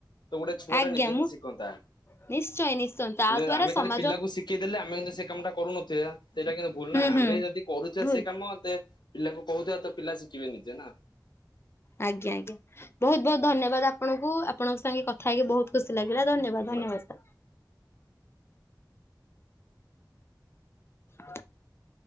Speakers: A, on the left; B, on the left.
A: ତ ଗୋଟେ ଛୁଆ
B: ଆଜ୍ଞା
A: ଟା ନିଜେ ହିଁ
B: ମୁଁ
A: ଶିଖନ୍ତା
B: ନିଶ୍ଚୟ ନିଶ୍ଚୟ ତା
A: ।
B: ଦ୍ଵାରା
A: ଆମେ
B: ସମାଜ
A: ଖାଲି ପିଲାକୁ ଶିଖେଇ ଦେଲେ ଆମେ କିନ୍ତୁ ସେ କାମ ଟା କରୁନଥିବା ସେଇଟା କିନ୍ତୁ ଭୁଲ
B: ହୁଁ
A: ନାହିଁ
B: ହୁଁ
A: ଆମେ ଯଦି କରୁଥିବା
B: ଭୁଲ
A: ସେ କାମ ପିଲା କଣ କହୁଥିବା ତ ପିଲା ଶିଖିବେ ନିଜେ ନା
B: ଆଜ୍ଞା ଆଜ୍ଞା ବହୁତ ବହୁତ ଧନ୍ୟବାଦ ଆପଣଙ୍କୁ ଆପଣଙ୍କ ସାଙ୍ଗେ କଥା କଥା ହେଇକି ବହୁତ ଖୁସି ଲାଗିଲା ଧନ୍ୟବାଦ
A: ନା
B: ଧନ୍ୟବାଦ ସାର୍। <inaudible>